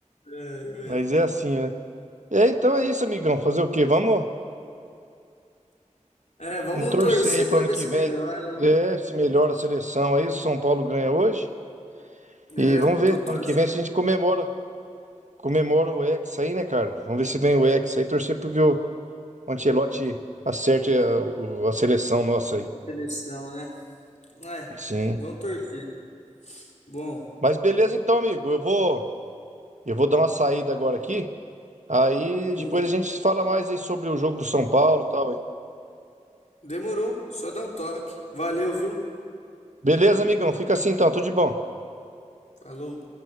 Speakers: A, on the left; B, on the right.
A: Ai, velho.
B: Mas é assim, né? É, então é isso, amigão. Fazer o quê? Vamos,
A: É, vamos
B: vamos torcer
A: torcer
B: aí pro
A: para
B: ano
A: ver
B: que
A: se
B: vem.
A: melhora, né?
B: É, se melhora a seleção aí, se o São Paulo ganha hoje.
A: É,
B: E vamos ver,
A: tô torcendo
B: ano que vem se a gente comemora, comemora o Hexa aí, né, cara? Vamos ver se vem o Hexa aí, torcer porque o Ancelotti acerte a, o- a seleção nossa aí.
A: a seleção, né? É,
B: Sim.
A: vamos torcer. Bom,
B: Mas beleza então, amigo. Eu vou, eu vou dar uma saída agora aqui. Aí
A: hum,
B: depois a gente fala mais aí sobre o jogo do São Paulo e tal aí.
A: demorou, só dá um toque. Valeu, viu?
B: Beleza, amigão? Fica assim então, tudo de bom.
A: Falou.